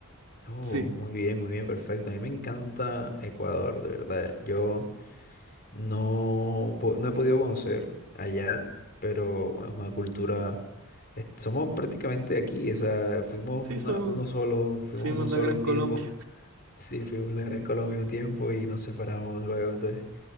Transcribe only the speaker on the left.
Oh,
muy bien, muy bien, perfecto. A mí me encanta Ecuador, de verdad. Yo No, po- no he podido conocer allá, pero bueno, es una cultura. es- somos prácticamente aquí, o sea, fuimos
una,
uno solo, fuimos
uno
solo
un
tiempo. Sí, fuimos la Gran Colombia un tiempo y nos separamos luego. Entonces,